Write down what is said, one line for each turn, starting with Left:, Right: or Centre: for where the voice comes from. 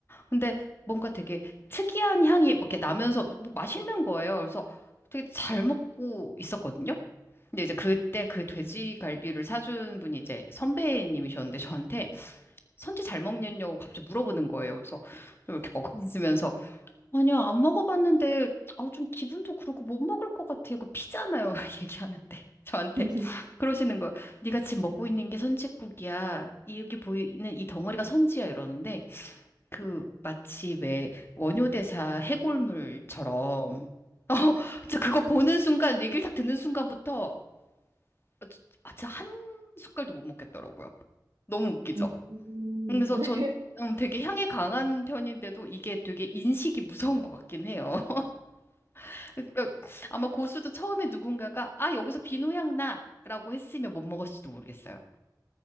Left: 근데 뭔가 되게 특이한 향이 막 이렇게 나면서 뭐 맛있는 거예요. 그래서 되게 잘 먹고 있었거든요. 근데 이제 그때 그 돼지갈비를 사준 분이 이제 선배님이셨는데 저한테 선지 잘 먹냐고 갑자기 물어보는 거예요. 그래서 좀 이렇게 먹고 있으면서 아니요, 안 먹어봤는데 아, 좀 기분도 그렇고 못 먹을 것 같아요. 거 피잖아요. <laughs> 얘기하는데 저한테
Right: <laughs>
Left: 그러시는 거예요. 네가 지금 먹고 있는 게 선지국이야. 이게 보이는 이 덩어리가 선지야 이러는데 그 마치 왜 원효대사 해골물처럼 <laughs> 어, 저 그거 보는 순간 얘기를 딱 듣는 순간부터 어, 저- 아, 진짜 한 숟갈도 못 먹겠더라고요. 너무 웃기죠.
Right: 음, 네.
Left: 그래서 전 음, 되게 향이 강한 편인데도 이게 되게 인식이 무서운 것 같긴 해요. <laughs> 그러니까 아마 고수도 처음에 누군가가 아, 여기서 비누향 나라고 했으면 못 먹었을지도 모르겠어요.